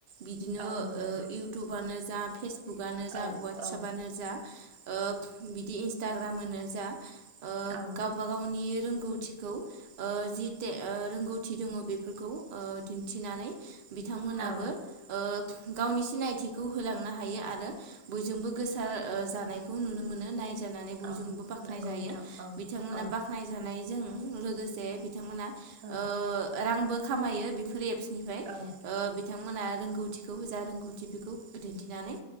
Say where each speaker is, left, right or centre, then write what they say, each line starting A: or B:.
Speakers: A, on the right; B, on the right.
A: बिदिनो
B: औ नंगौ
A: ओ इउटुबानो जा फेसबुकआनो जा
B: औ
A: अवाटसापनो
B: औ
A: जा ओ बिदि इन्सटाग्राम नोजा ओ
B: औ
A: गावबा गावनि रोंगौथिखौ ओ जिटे रोंगौथि दङ बेफोरखौ ओ दिन्थिनानै बिथांमोनाबो
B: औ
A: ओ गावनि सिनायथि खौ होलांनो हायो आरो बयजोंबो गोसार ओ जानायखौ नुनो मोन नायजानानै बयजोंबो
B: औ
A: बाख्नाय
B: नंगौ
A: जायो
B: नोंथां औ
A: बिथांमोना
B: औ
A: बाख्नाय जानाय जों लोगोसे बि थांमोनआ
B: औ
A: ओ रांबो खामायो बेफोर एप्स निफ्राय ओ
B: औ
A: बे बिथांमोना रोंगौथिखौ जा रोंगौथि बेखौ दिन्थिनानै